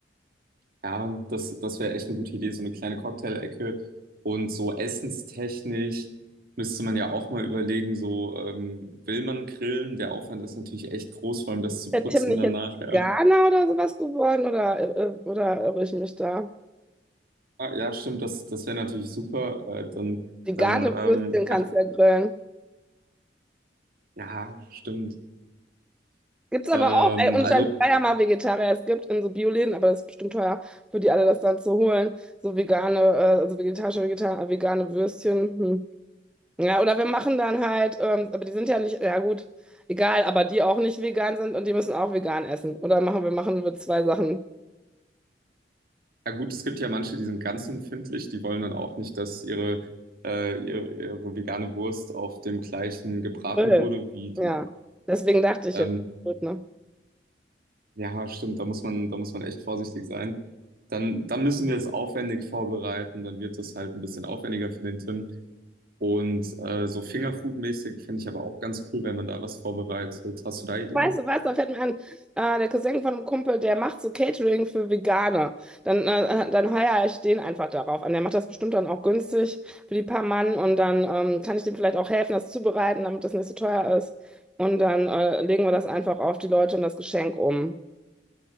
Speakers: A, on the right; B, in the centre.
A: Ja, das, das wäre echt eine gute Idee, so eine kleine Cocktail-Ecke. Und so essenstechnisch müsste man ja auch mal überlegen, so ähm, will man grillen? Der Aufwand ist natürlich echt groß, vor allem das zu
B: der
A: putzen
B: Tim nicht
A: danach.
B: jetzt Veganer
A: Ja,
B: oder sowas geworden oder, äh, oder irre ich mich da?
A: Ah, ja stimmt, das, das wäre natürlich super. Äh, dann
B: Vegane
A: dann ähm,
B: Würstchen kannst
A: einfach,
B: du ja grillen.
A: ja, stimmt.
B: Gibt's aber
A: Ähm,
B: auch, ey, und
A: also,
B: ich war ja mal Vegetarier, es gibt in so Bioläden, aber das ist bestimmt teuer für die alle, das dann zu holen. So vegane, äh, also vegetarische, vegeta- vegane Würstchen. Hm. Ja, oder wir machen dann halt, ähm, aber die sind ja nicht, ja gut, egal, aber die auch nicht vegan sind und die müssen auch vegan essen. Oder machen wir, machen wir zwei Sachen.
A: ja gut, es gibt ja manche, die sind ganz empfindlich, die wollen dann auch nicht, dass ihre, äh, ihre, ihre vegane Wurst auf dem gleichen gebraten
B: Grill.
A: wurde wie die.
B: Ja, deswegen dachte ich
A: ähm,
B: jetzt, gut, ne?
A: Ja, stimmt, da muss man, da muss man echt vorsichtig sein. Dann, dann müssen wir es aufwendig vorbereiten, dann wird es halt ein bisschen aufwendiger für den Tim. Und äh, so Fingerfood-mäßig finde ich aber auch ganz cool, wenn man da was vorbereitet. Hast du da Ideen?
B: Weißt du, weißt du, da fällt mir ein, äh, der Cousin von einem Kumpel, der macht so Catering für Veganer. Dann, äh, äh, dann heuer ich den einfach darauf an. Der macht das bestimmt dann auch günstig für die paar Mann und dann ähm, kann ich dem vielleicht auch helfen, das zubereiten, damit das nicht so teuer ist. Und dann äh, legen wir das einfach auf die Leute und das Geschenk um.